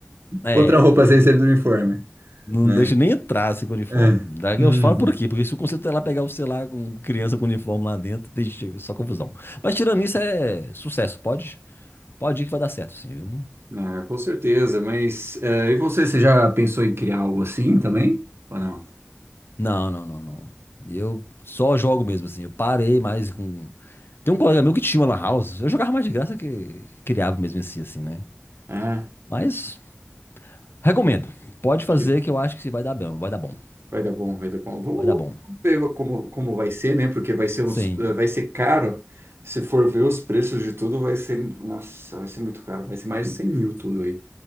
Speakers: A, on the left (about 65°); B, on the right (about 80°).
A: É,
B: Outra roupa sem ser do uniforme,
A: não
B: né?
A: deixa nem entrar assim com uniforme.
B: É. Uhum.
A: Eu falo por aqui, porque se o conselho tutelar pegar o celular com criança com uniforme lá dentro, deixa só confusão. Mas tirando isso, é sucesso. Pode? Pode ir que vai dar certo, sim, viu?
B: Ah, com certeza, mas eh, e você, você já pensou em criar algo assim também? Ou não?
A: Não, não, não, não. Eu só jogo mesmo, assim. Eu parei mais com. Tem um colega meu que tinha uma lan house. Eu jogava mais de graça que criava mesmo em si, assim, né?
B: Ah,
A: Mas recomendo. Pode fazer
B: que
A: que eu acho que vai dar bom. Vai dar bom.
B: vai dar bom, vai dar bom. Vamos,
A: Vai dar bom.
B: vamos ver como, como vai ser, né? Porque vai ser uns,
A: Sim.
B: eh, vai ser caro. Se for ver os preços de tudo, vai ser, nossa, vai ser muito caro. Vai ser mais de 100 mil tudo aí,